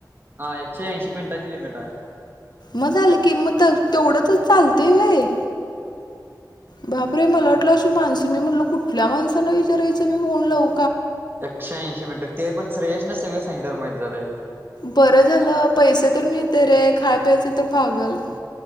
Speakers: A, on the right (about 30°); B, on the left (about 70°).
A: हा एकशे ऐंशी मिनटाची लिमिट आहे.
B: मग झालं की मग तेवढंच चालतय व्हय. बापरे! मला वाटलं अशी माणसं मी म्हटलं कुठल्या माणसांना विचारायचं मी फोन लाव.
A: एकशे ऐंशी मिनिट ते पण श्रेयश ना सगळे सांगित तर माहित झाले.
B: बरं झालं पैसे तर मिळते रे खाय प्यायचे तर भागल.